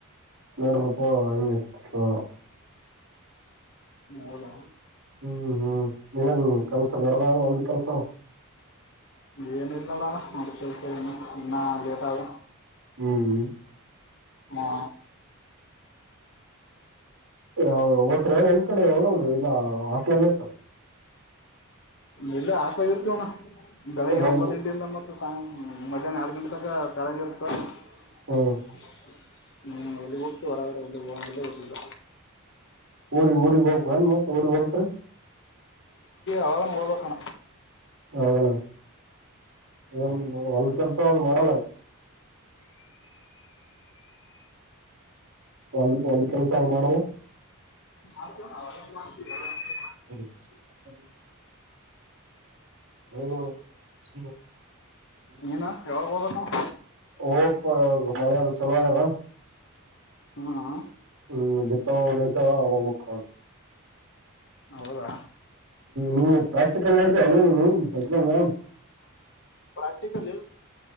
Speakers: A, on the right (about 60°); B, on the left (about 55°).
A: ನಡ ಪ್ಪಾ ಹಂಗೆ ಹ
B: ಹೌದ
A: ಹ್ಮ್ ಹ್ಮ್ ಏನ್ ಕೆಲ್ಸ ನಡದಾನ ಒಂದು ಕೆಲಸ
B: ಏನಿಲ್ ನೋಡಣ ಹೊಲ್ದ ಕೆಲಸ ಇನ್ನಾ ಲೇಟ್ ಆದ
A: ಹ್ಮ್
B: ಹಾ
A: ಅ ಒತ್ರೆ ಹೊಲ್ದಕಡೆ ಒಂದ್ ಕಡೆ ಹೋಗಲ್ ಇಲ್ಲ ಹಾಸ್ಟ್ಲಲ್ ಇರ್ತ
B: ನೀಲ್ಲೆ ಆ ಹಾಸ್ಟಾದಾಗ ಇರ್ತಿವಿ ಅಣ ಬೆಳಗ್ಗೆ
A: ಹೊಲ್ದು
B: ಒಂಬತ್ತೆಂಟಿಂದ ಮತ್ತು ಸಾಯಂ ಮಧ್ಯಾಹ್ನ ಎರಡು ಗಂಟೆ ತನಕ ತಳಗ ಇರ್ತ ನ್
A: ಹ್ಮ್
B: <inaudible> ಹ್ಮ್ ಎಳಿಗಟ್ಟಿ ಹೊರಗಡೆ ಎಲ್ಲು ಹೋಗಗಿಲ್ಲ ಹೇನು ಇಲ್ಲ
A: ಊರಿ ಊರಿ ಹೋಗ್ಬಂದ ಮತ್ತತ್ ಊ ಹೋಗತಿರಿ
B: ಅವನ್ ಹೋಗ್ಬೇಕಣ
A: ಹೌದಣ ಏನ್ ಒಲ್ದ ಕೆಲ್ಸ ಅ ಮಾಡಲ್ಲ ಒಲ್ದ ಒಲ್ದ ಕೆಲ್ಸ ಅದು ಮಾಡಲ್ಲ
B: ಅ
A: <inaudible> ನ ಸ
B: ಏನಾ ಯಾವಾಗ್ ಹೊ ಬ
A: ಹೋಗಪ್ಪಾ ಮಳೆ ಆದ ಚಲೋಗ್ಯಾದ
B: ಹ್ಮ
A: ಹ್ಮ್ ಬಿತ್ತವ್ ನಡಿತವಾ ಹೋಗ್ಬಕ್
B: ಹೌದಾ
A: ನೀವು ಪ್ರಾಕ್ಟಿಕಲ್ <unintelligible> ಎಕ್ಸಾಮ್.
B: ಪ್ರಾಕ್ಟಿಕಲ್